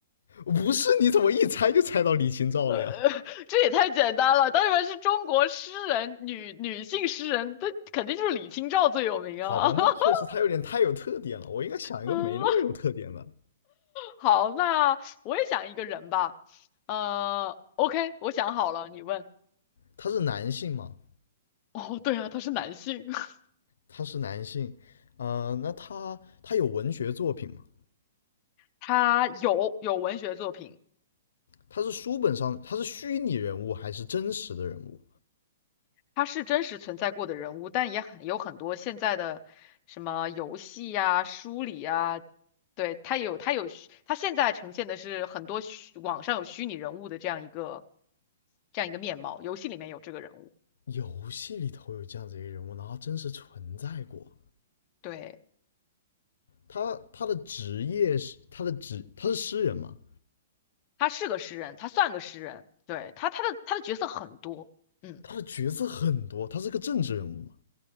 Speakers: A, on the left; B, on the left.
A: 不是，你怎么一猜就猜到李清照了呀？
B: 呃，<laughs> 这也太简单了。当然是中国诗人，女女性诗人，她肯定就是李清照最有名啊。
A: <laughs> 好吧，那确实他有点太有特点了，
B: <laughs>
A: 我应该想一个没那么有特点的。
B: 嗯好，那我也想一个人吧。呃，OK，我想好了，你问。
A: 他是男性嘛？
B: 哦，对啊，他是男性，<laughs>
A: 他是男性，呃，那他他有文学作品吗？
B: 他有有文学作品。
A: 他是书本上他是虚拟人物还是真实的人物？
B: 他是真实存在过的人物，但也很有很多现在的什么游戏呀、书里呀，对，他有他有虚他现在呈现的是很多虚网上有虚拟人物的这样一个这样一个面貌，游戏里面有这个人物，
A: 游戏里头有这样子一个人物，然后真实存在过。
B: 对，
A: 他他的职业是他的职他是诗人嘛？
B: 他是个诗人，他算个诗人，对，他他的他的角色很多，嗯，
A: 他的角色很多，他是个政治人物嘛？